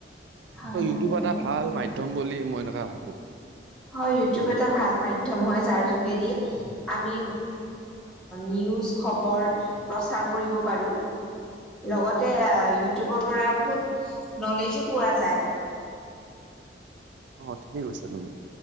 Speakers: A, in the centre; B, on the right.
A: হয়
B: ত ইউটিউব
A: হয় বাৰু।
B: এটা ভাল মাধ্যম। বুলি মই এনেকুৱা ভাবোঁ
A: হয় ইউটিউব এটা ভাল মাধ্যম হয় যাৰ যোগেদি আমি নিউজ খবৰ প্ৰচাৰ কৰিব পাৰোঁ লগতে ইউটিউবৰ পৰা বহুত নলেজো পোৱা যায়।
B: অ ঠিকেই কৈছা তুমি।